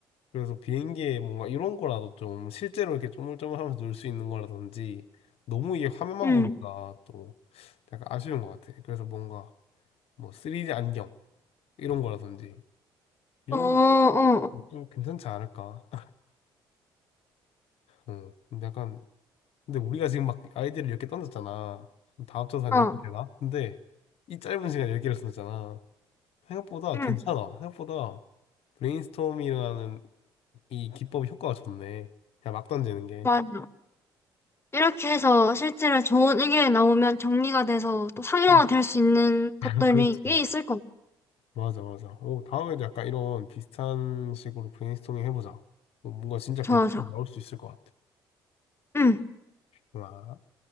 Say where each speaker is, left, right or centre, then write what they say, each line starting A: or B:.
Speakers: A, on the left (about 65°); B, on the left (about 25°).
A: 그래서 비행기에 뭔가 이런 거라도 좀 실제로 이렇게 쪼물쪼물하면서 놀 수 있는 거라든지 너무 이게 화면만
B: 응.
A: 보니까 또 약간 아쉬운 것 같아. 그래서 뭔가 뭐 3D 안경 이런 거라든지 이런
B: 어, 어,
A: 것도 좀 괜찮지 않을까? <laughs> 응. 근데 약간 근데 우리가 지금 막 아이디를 10개 던졌잖아. 다 합쳐서 한
B: 어,
A: 10개
B: 어.
A: 되나? 근데 이 짧은 시간에 10개를 썼잖아. 생각보다
B: 응,
A: 괜찮아. 생각보다 브레인스토밍이라는 이 기법이 효과가 좋네. 그냥 막 던지는 게.
B: 맞아. 이렇게 해서 실제로 좋은 의견이 나오면 정리가 돼서 또 상용화
A: 음.
B: 될 수 있는 것들이
A: 아, 그렇지.
B: 꽤 있을 것 같아.
A: 맞아, 맞아. 오, 다음에도 약간 이런 비슷한 식으로 브레인스토밍 해보자. 어, 뭔가 진짜 괜찮게
B: 좋아, 좋아.
A: 나올 수 있을 것 같아.
B: 응.
A: 좋아.